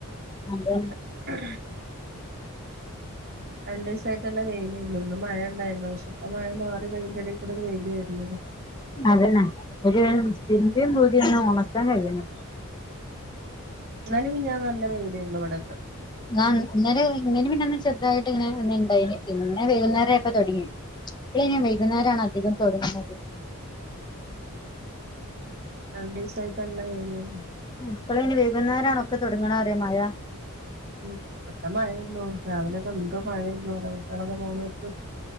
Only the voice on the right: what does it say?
<unintelligible> രണ്ടിസായിട്ട് നല്ല വെയിലേന്നു ഇന്നു മഴ ഇണ്ടായിരുന്നു പക്ഷേ ഇപ്പം മഴ മാറി അതിന്റെ എടിക്കുടെക്കെ വെയിൽവര്ന്ന്താ
ഇന്നലെ മിഞ്ഞാന്നി നല്ല വെയിലിരുന്നു ഇവിടക്കെ
രണ്ട്സായിട്ട് നല്ല വെയിലായിരുന്നു
ഉംനല്ല മഴയായിരുന്നു രാവിലെയൊക്കെ എന്ത് മഴായിരുന്നു കുട്ട്യാളൊക്കെ പോണനേരത്ത്